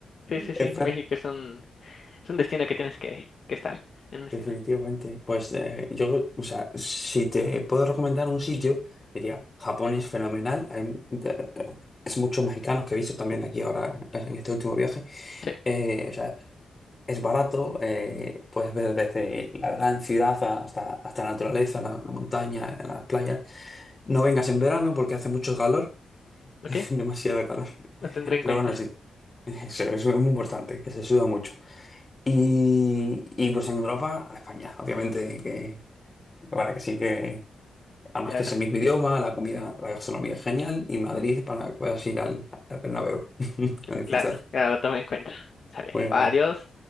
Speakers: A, on the left (about 45°); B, on the left (about 20°).
A: sí, sí, sí.
B: Espera.
A: México es un, es un destino que tienes que, que estar. En un destino.
B: Definitivamente. Pues eh, yo, o sea, si te puedo recomendar un sitio, diría, Japón es fenomenal. Hay, eh, es muchos mexicanos que he visto también aquí ahora en este último viaje.
A: Sí.
B: Eh, o sea, es barato, eh, puedes ver desde la gran ciudad hasta, hasta la naturaleza, la, la montaña, las playas. No vengas en verano porque hace mucho calor,
A: ¿Ok?
B: <laughs> demasiado calor.
A: Lo tendré en
B: Pero
A: cuenta.
B: bueno, sí, eso, eso es muy importante, que se suda mucho. Y, y, pues en Europa, a España, obviamente, que para que sí que, además
A: Claro,
B: que es el mismo idioma, la comida, la gastronomía es genial, y Madrid para que puedas ir al, al Bernabéu <laughs> a disfrutar.
A: claro, claro, lo tomo en cuenta. Sale.
B: Venga.
A: Va, adiós.